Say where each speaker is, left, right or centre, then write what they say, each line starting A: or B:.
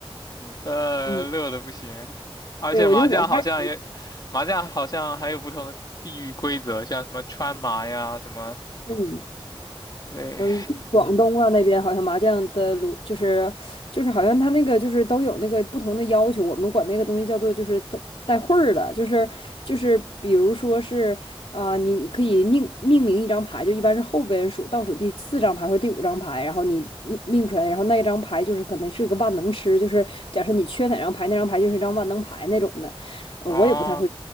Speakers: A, on the left; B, on the left.
A: 呃，
B: 嗯。
A: 乐的不行，而且麻将好像也，
B: 对，我觉得我还可以。
A: 麻将好像还有不同的地域规则，像什么川麻呀，什么，
B: 嗯，
A: 对，
B: 然后一个广东啊那边好像麻将的炉就是就是好像他那个就是都有那个不同的要求，我们管那个东西叫做就是带带会儿的，就是就是比如说是啊、你可以命命名一张牌，就一般是后边数倒数第四张牌或第五张牌，然后你命命出来，然后那一张牌就是可能是个万能吃，就是假设你缺哪张牌，那张牌就是一张万能牌那种的，呃我也不太会。
A: 哦，